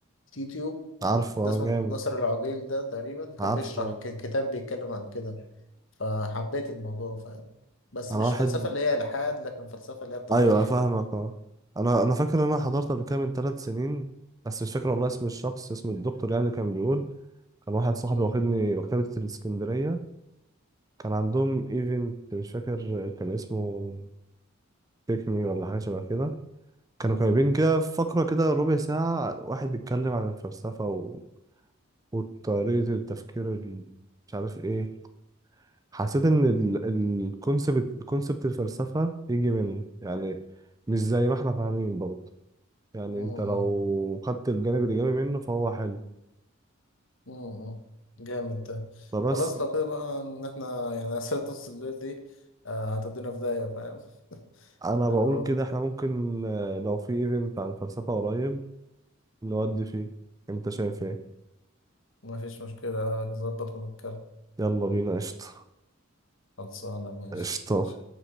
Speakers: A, on the left; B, on the right.
A: اليوتيوب
B: عارفه آه،
A: ده اسمه
B: جامد
A: ناصر العقيل ده تقريبا كان
B: عارفه
A: بيشرح ك- كتاب بيتكلم عن كده فحبيت الموضوع فاهم بس
B: انا
A: مش
B: واحد
A: فلسفة اللي هي إلحاد لكن فلسفة اللي هي الطبيعية
B: ايوه فاهمك اه انا انا فاكر ان انا حضرت قبل كده من ثلاث سنين بس مش فاكر والله اسم الشخص اسم الدكتور يعني اللي كان بيقول كان واحد صاحبي
A: مم.
B: واخدني مكتبة الاسكندرية كان عندهم ايفنت مش فاكر كان اسمه تيك مي ولا حاجة شبه كده كانوا
A: مم.
B: جايبين كده فقرة كده ربع ساعة واحد بيتكلم عن الفلسفة و... وطريقة التفكير ال... مش عارف ايه حسيت ان الكونسبت كونسبت الفلسفة يجي منه يعني مش زي ما احنا فاهمين برضه يعني
A: مم.
B: انت لو خدت الجانب الإيجابي منه فهو حلو
A: مم. جامد ده
B: فبس
A: خلاص لو كده بقى إن إحنا يعني أسئلة نص الليل دي آه، هتدينا في داهية فاهم
B: انا
A: اللي
B: بقول
A: هو
B: كده احنا ممكن آه، لو في ايفنت عن فلسفة قريب نودي فيه انت شايف ايه
A: مفيش مشكلة نظبط ونتكلم
B: يلا بينا قشطة
A: خلصانة ماشي
B: قشطة
A: ماشي